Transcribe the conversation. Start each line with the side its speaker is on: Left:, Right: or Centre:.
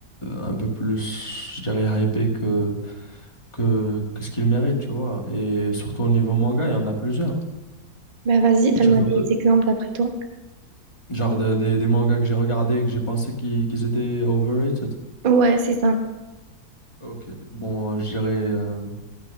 Left: un peu plus, je dirais, hypés que, que, que ce qu'ils méritent, tu vois. Et surtout au niveau manga, il y en a plusieurs.
Right: Bah vas-y, donne-moi
Left: Tu veux
Right: des
Left: que,
Right: exemples d'après toi.
Left: genre, de- des, des mangas que j'ai regardés et que j'ai pensé qu'ils qu'ils étaient overrated.
Right: Ouais, c'est ça.
Left: Ok, bon, je dirais, euh,